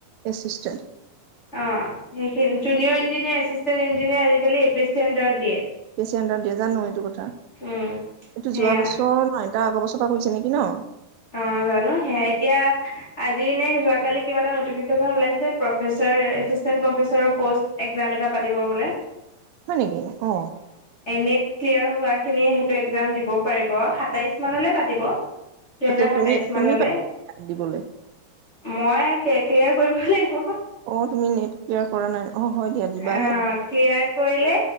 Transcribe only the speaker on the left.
অ সেইখিনি জুনিয়ৰ ইঞ্জিনিয়াৰ এচিচেণ্ট ইঞ্জিনিয়াৰ আজিকালি এ পি চি এণ্ডাৰত দিয়ে
উম
সেয়া
অ, জানো সেয়া এতিয়া আজি নে যোৱাকালি কিবা এটা নটিফিকেছন ওলাইছে professor assistant professor post exam এটা পাতিব বোলে।
নেট ক্লিয়াৰ হোৱা খিনি সেইটো একজাম দিব পাৰিব সাতাইশ মানলৈ পাতিব। দুহেজাৰ
সাতাইশ
মানলৈ
মই ক্লিয়াৰ কৰিব লাগিব।
অহ, ক্লিয়াৰ কৰিলে